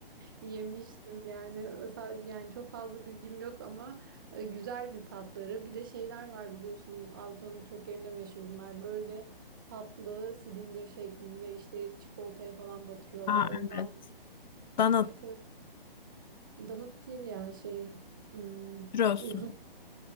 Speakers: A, on the right (about 20°); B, on the left (about 50°).
A: Yemiştim yani. Mesela yani çok fazla bilgim yok ama e, güzeldi tatları. Bir de şeyler var biliyorsun Avrupa'nın birçok yerinde meşhur bunlar. Böyle tatlı silindir şeklinde işte çikolataya falan batırıyorlar.
B: Aa
A: Ondan
B: evet. Dana
A: evet evet donut değil ya şey hmm,
B: churros
A: uzun
B: mu?